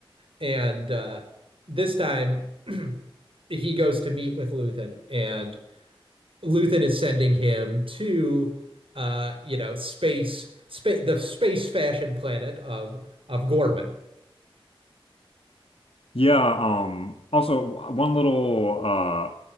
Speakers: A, on the right; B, on the left.
A: And uh, this time <clears throat> he goes to meet with Luthen, and Luthen is sending him to uh you know space spa the space fashion planet of of Gorman.
B: Yeah, um also one little uh